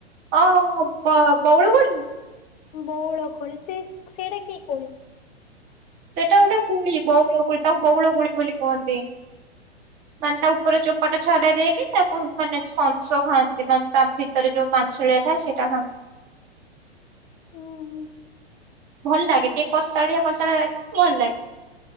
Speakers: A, on the right; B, on the left.
A: ଓ ହଉ ବଳ ବୋଉଳ କୋଳି।
B: ବୋଉଳ କୋଳି ସେ ସେଇଟା କି କୋଳି।
A: ସେଟା ଗୋଟେ କୁଳି ବୋଉଳ କୁଳି ତାକୁ ବୋଉଳ କୁଳି ବୋଲି କୁହନ୍ତି।।
B: <inaudible>
A: ମାନେ ତା ଉପର ଚୋପାଟା ଛାଡା ଦେଇକି ତାକୁ ମାନେ ସଂସ ଖାଆନ୍ତି ମାନେ ତା ଭିତ ଭିତରେ ଯୋଉ ମାଂସଳିଆ ଥାଏ ସେଇଟା ଖାଆନ୍ତି।
B: ହୁଁ
A: ଭଲ ଲାଗେ ଟିକେ କଷାଳିଆ କଷାଳିଆ ଲାଗ ଭଲ ଲାଗେ।